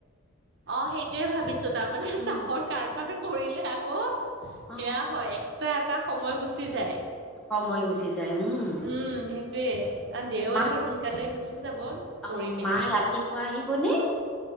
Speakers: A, on the right (about 55°); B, in the centre.
A: অ সেইটোয়ে ভাবিছো তাৰমানে
B: উম
A: চাহৰ কাৰবাৰ কৰিলে আকৌ, সেয়া
B: অ
A: হয় এক্সট্ৰা এটা সময় গুচি যায়।
B: সময় গুচি যায় উম।
A: উম, সেইটোৱেই আৰু দেও
B: মাক
A: আহি সোনকালে গুচি যাব।
B: অ'
A: কৰি মেলি
B: মাঁ ৰাতিপুৱা আহিবনে?